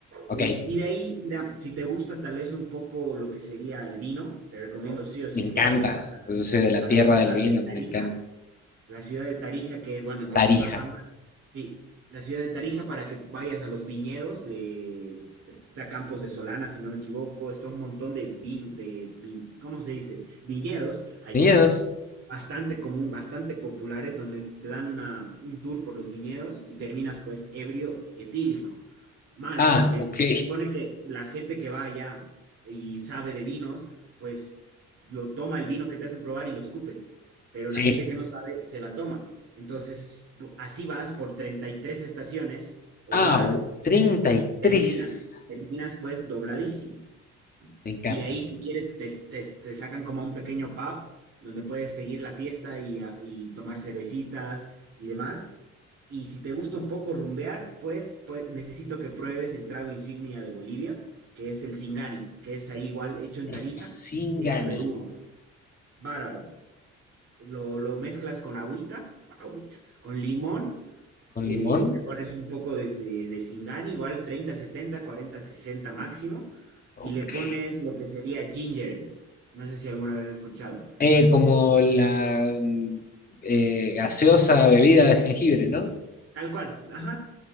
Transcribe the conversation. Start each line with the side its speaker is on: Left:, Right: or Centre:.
Left: ok,
Right: En- y de ahí, mira, si te gusta tal vez un poco lo que sería el vino, te recomiendo sí o sí
Left: me encanta.
Right: que vayas a la,
Left: Yo soy de la
Right: a
Left: tierra
Right: la ciudad
Left: del vino,
Right: de Tarija.
Left: me encanta.
Right: La ciudad de Tarija, que es, bueno, entonces
Left: Tarija.
Right: vas a, Mar- sí, la ciudad de Tarija para que vayas a los viñedos de, está Campos de Solana, si no me equivoco, está un montón de vin, de vin- ¿cómo se dice? Viñedos allá
Left: ¿Viñedos?
Right: bastante común, bastante populares, donde te dan una, un tour por los viñedos y terminas pues ebrio etílico. Mal,
Left: Ah,
Right: porque
Left: ok,
Right: se supone que la gente que va allá y sabe de vinos, pues lo toma el vino que te hacen probar y lo escupe, pero
Left: sí.
Right: la gente que no sabe se la toma. Entonces, bo- así vas por 33 estaciones o
Left: Ah,
Right: más,
Left: u-
Right: veces,
Left: treinta y
Right: terminas,
Left: tres
Right: terminas pues dobladísimo.
Left: me encanta.
Right: Y de ahí, si quieres, te, te- te sacan como a un pequeño pub donde puedes seguir la fiesta y, a- y tomar cervecitas y demás. Y si te gusta un poco rumbear, pues, pues necesito que pruebes el trago insignia de Bolivia, que es el Singani, que es ahí igual hecho en
Left: El
Right: Tarija,
Left: Singani,
Right: hecho de uvas. Bárbaro. Lo, lo mezclas con agüita, agüita, con limón
Left: con
Right: eh,
Left: limón.
Right: le pones un poco de, de, de Singani, igual treinta setenta cuarenta sesenta máximo,
Left: Ok.
Right: y le pones lo que sería ginger ale. No sé si alguna vez has escuchado.
Left: Eh, como la mm, eh, gaseosa bebida de jengibre, ¿no?
Right: Tal cual, ajá.